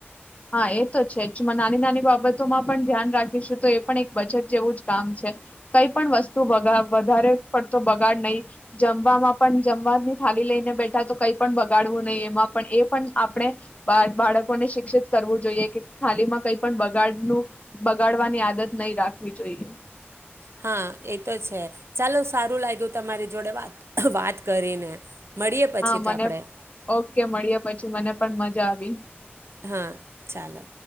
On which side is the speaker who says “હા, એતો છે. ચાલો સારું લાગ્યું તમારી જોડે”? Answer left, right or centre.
Right